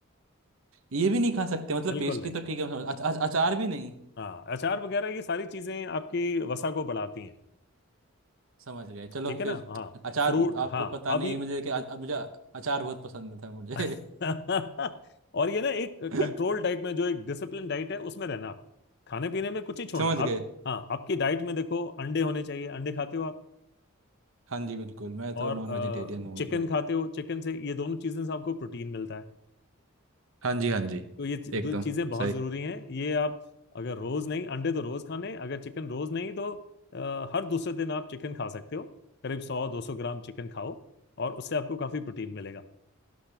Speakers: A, on the right; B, on the left.
A: ये भी नहीं खा सकते मतलब
B: बिल्कुल
A: पेस्ट्री
B: नहीं
A: तो ठीक है समझ अच, अच, अचार भी नहीं
B: हाँ अचार वगैरह ये सारी चीजें आपकी वसा को बढ़ाती हैं
A: समझ गए चलो
B: ठीक है
A: फिर
B: ना हाँ
A: अचार
B: फ्रूट
A: आपको
B: हाँ
A: पता नहीं
B: अभी
A: मुझे कि अ- मुझे अचार बहुत पसंद था मुझे
B: <laughs> और ये ना एक
A: <laughs>
B: कंट्रोल डाइट में जो एक डिसिप्लिन डाइट है उसमें रहना आप खाने पीने में कुछ ही छोड़ना
A: समझ गए
B: आप हाँ आपकी डाइट में देखो अंडे होने चाहिए अंडे खाते हो आप
A: हाँ जी बिल्कुल मैं तो
B: और
A: नॉन वेजिटेरियन हूँ
B: चिकन
A: मतलब
B: खाते हो चिकन से ये दोनों चीज़ें से आपको प्रोटीन मिलता है
A: हाँ जी हाँ जी
B: तो ये चीज-
A: एकदम
B: दो चीज़ें बहुत
A: सही
B: ज़रूरी हैं ये आप अगर रोज़ नहीं अंडे तो रोज़ खाने अगर चिकन रोज़ नहीं तो अ, हर दूसरे दिन आप चिकन खा सकते हो करीब सौ दो सौ ग्राम चिकन खाओ और उससे आपको काफ़ी प्रोटीन मिलेगा